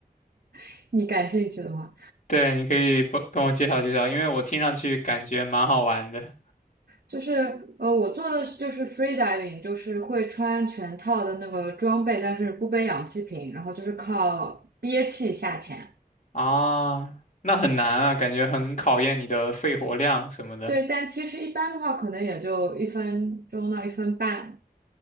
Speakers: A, on the right; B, on the left.
A: <laughs> 你感兴趣的话，
B: <laughs> 对，你可以不跟我介绍介绍，因为我听上去感觉蛮好玩的。
A: 就是呃，我做的是就是 free diving，就是会穿全套的那个装备，但是不背氧气瓶，然后就是靠憋气下潜。
B: 啊，那很难啊，感觉很考验你的肺活量什么的。
A: 对，但其实一般的话，可能也就一分钟到一分半